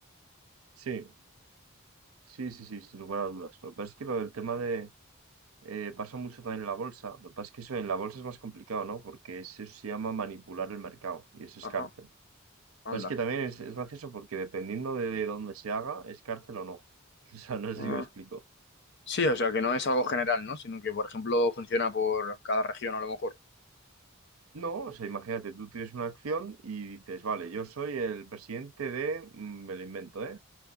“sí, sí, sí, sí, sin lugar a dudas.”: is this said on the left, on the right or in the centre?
Right